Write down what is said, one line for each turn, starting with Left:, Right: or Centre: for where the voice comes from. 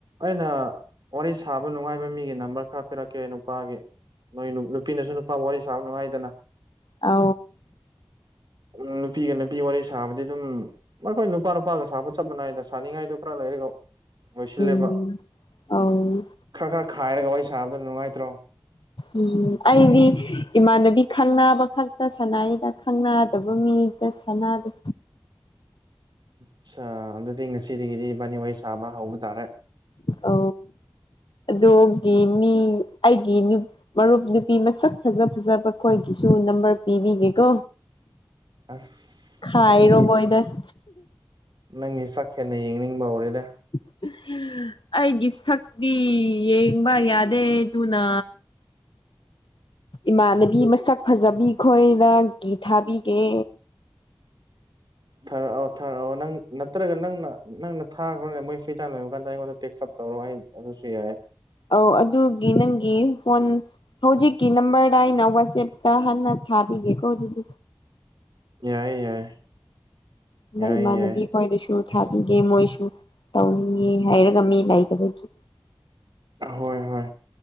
Right: ꯑꯩꯅ ꯋꯥꯔꯤ ꯁꯥꯕ ꯅꯨꯡꯉꯥꯏꯕ ꯃꯤꯒꯤ ꯅꯝꯕꯔ ꯈꯔ ꯄꯤꯔꯛꯀꯦ ꯅꯨꯄꯥꯒꯤ ꯅꯣꯏ ꯅꯨꯄꯤꯅꯁꯨ ꯅꯨꯄꯥ ꯋꯥꯔꯤ ꯁꯥꯕ ꯅꯨꯡꯉꯥꯏꯗꯅ
Left: ꯑ
Right: ꯎ ꯅꯨꯄꯤꯒ ꯅꯨꯄꯤ ꯋꯥꯔꯤ ꯁꯥꯕꯗꯤ ꯑꯗꯨꯝ ꯑꯩꯈꯣꯏ ꯅꯨꯄꯥ ꯅꯨꯄꯥꯒ ꯁꯥꯕ ꯆꯠ ꯃꯅꯥꯏꯗ ꯁꯥꯅꯤꯡꯉꯥꯏꯗꯣ ꯂꯩꯔ ꯁꯤꯜꯂꯦꯕ
Left: ꯎꯝ ꯑꯧ
Right: ꯈꯔ ꯈꯔ ꯈꯥꯏꯔꯒ ꯋꯥꯔꯤ ꯁꯥꯕꯗ ꯅꯨꯡꯉꯥꯏꯇ꯭ꯔꯣ
Left: ꯎꯝ ꯑꯩꯒꯤ ꯏꯃꯥꯟꯅꯕꯤ ꯈꯪꯕ ꯈꯛꯇ ꯁꯥꯟꯅꯥꯏꯗ ꯈꯪꯅꯗꯕ ꯃꯤꯗ ꯁꯥꯟꯅꯗꯦ
Right: ꯑꯆꯥ ꯑꯗꯨꯗꯤ ꯉꯁꯤꯗꯒꯤꯗꯤ ꯋꯥꯔꯤꯕꯥꯅꯤ ꯋꯥꯔꯤ ꯁꯥꯕ ꯍꯧꯕ ꯇꯥꯔꯦ
Left: ꯑ ꯑꯣꯒꯤ ꯃꯤ ꯑꯩꯒꯤ ꯃꯔꯨꯞ ꯅꯨꯄꯤ ꯃꯁꯛ ꯐꯖ ꯐꯖꯕ ꯈꯈꯣꯏꯒꯤꯁꯨ ꯁꯨ ꯅꯝꯕꯔ ꯄꯤꯕꯤꯒꯦꯀꯣ
Right: ꯑꯁ
Left: ꯈꯥꯏꯔꯣ
Right: ꯅꯪꯒꯤ
Left: ꯃꯣꯏꯗ <inaudible>
Right: ꯅꯪꯒꯤ ꯆꯥꯛ ꯍꯦꯟꯅ ꯌꯦꯡꯅꯤꯡꯕ ꯍꯧꯔꯦꯅꯦ
Left: ꯎ ꯑꯩꯒꯤ ꯁꯛꯇꯤ ꯌꯦꯡꯕ ꯌꯥꯗꯦ ꯑꯗꯨꯅ ꯏꯃꯥꯟꯅꯕꯤ ꯃꯁꯛ ꯐꯖꯕꯤ ꯈꯣꯏꯅ ꯒꯤꯤ ꯊꯥꯕꯤꯒꯦ
Right: ꯊꯔ ꯊꯔ ꯅꯪ ꯅꯠꯇ꯭ꯔꯒ ꯅꯪꯅ ꯅꯪ ꯊꯥꯈ꯭ꯔꯣꯅꯦ ꯃꯣꯏ ꯐ꯭ꯔꯤ ꯇꯥꯏꯝ ꯂꯕ ꯀꯥꯟꯗ ꯑꯩꯉꯣꯟꯗ ꯇꯦꯛꯁꯞ ꯇꯧꯔꯣ ꯑꯩ ꯑꯗꯨꯁꯨ ꯌꯥꯏꯦ
Left: ꯑꯧ ꯑꯗꯨꯒꯤ ꯅꯪꯒꯤ ꯐꯣꯟ ꯍꯧꯖꯤꯛꯀꯤ ꯅꯝꯕꯔꯗ ꯑꯩꯅ ꯋꯥꯆꯦꯞꯇ ꯍꯟꯅ ꯊꯥꯕꯤꯒꯦꯀꯣ ꯑꯗꯨꯗꯤ
Right: ꯌꯥꯏ ꯌꯥꯏ ꯌꯥꯏ
Left: ꯅ ꯃꯥꯅꯕꯤ
Right: ꯌꯥꯏ
Left: ꯀꯣꯏꯗꯁꯨ ꯊꯥꯕꯤꯒꯦ ꯃꯣꯏꯁꯨ ꯇꯧꯅꯤꯡꯉꯦ ꯍꯥꯏꯔꯒ ꯃꯤ ꯂꯩꯇꯕꯒꯤ
Right: ꯍꯣꯏ ꯍꯣꯏ